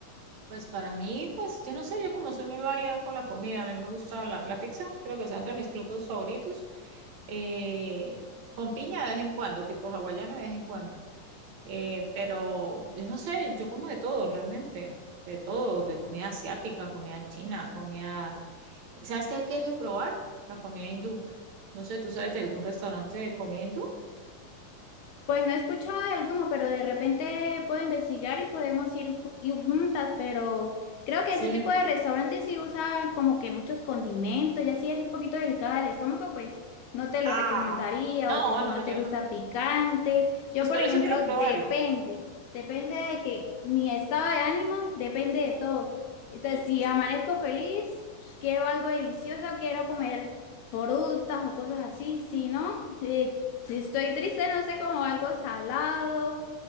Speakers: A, on the right; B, on the left.
A: Pues para mí, pues yo no sé, yo como soy muy variada con la comida, a mí me gusta la, la pizza, creo que está entre mis platos favoritos. eh, con piña de vez en cuando, tipo hawaiana de vez en cuando. eh, pero yo no sé, yo como de todo realmente, de todo, de comida asiática, comida china, comida... ¿Sabes qué he querido probar? La comida hindú. No sé, ¿tú sabes de algún restaurante de comida hindú?
B: Pues no he escuchado de alguno, pero de repente puedo investigar y podemos ir, ju- ir juntas, pero creo que
A: Sí.
B: ese tipo
A: me-
B: de restaurantes sí usa como que muchos condimentos, ya si eres un poquito delicada del estómago, pues no te lo
A: Ah,
B: recomendaría,
A: no,
B: o que si
A: no,
B: no
A: yo
B: te gusta
A: no.
B: picante. Yo,
A: Pues
B: por
A: por
B: ejemplo,
A: eso quiero probarlo.
B: depende, depende de que mi estado de ánimo, depende de todo. Entonces,
A: <laughs>
B: si amanezco feliz, pues, quiero algo delicioso, quiero comer frutas o cosas así, si no, eh, si estoy triste, no sé, como algo salado.